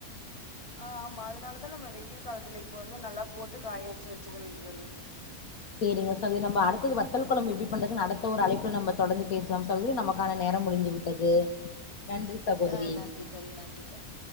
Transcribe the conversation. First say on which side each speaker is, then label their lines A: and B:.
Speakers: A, on the left; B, on the left.
A: ஆ ஆமா அதனாலதா நம்ம வெயில் காலத்துல இப்போ வந்து நல்லா போட்டு காய வச்சு வச்சுக்கறது தோழி
B: சேரிங்க சகோ நம்ம அடுத்தது வத்தல் கொழம்பு எப்படி பண்றதுன் அடுத்த ஒரு அழப்பில் நம்ப தொடர்ந்து பேசலாம் சகோதரி நமக்கான நேரம் முடிந்து விட் டது நன்றி சகோதரி
A: ஆ நன்றி தோழி நன்றி தோழி